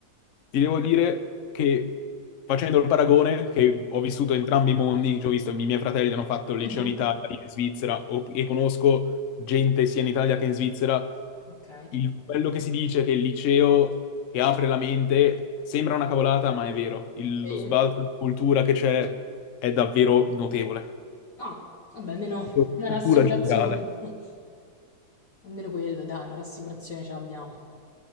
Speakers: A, on the left; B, on the left.
A: Ti devo dire che facendo il paragone, che ho vissuto entrambi i mondi, cioè ho visto i miei fratelli hanno fatto il
B: Mhm.
A: liceo in Italia, io in Svizzera, o- e conosco gente sia in Italia che in Svizzera,
B: ok?
A: il- quello che si dice che il liceo che apre la mente sembra una cavolata, ma è vero. Il-
B: Sì.
A: lo sbalzo di cultura che c'è è davvero notevole.
B: Ah, vabbè, almeno
A: Cultura
B: una rassicurazione.
A: generale.
B: <laughs> Almeno quello, dai, una rassicurazione ce l'abbiamo.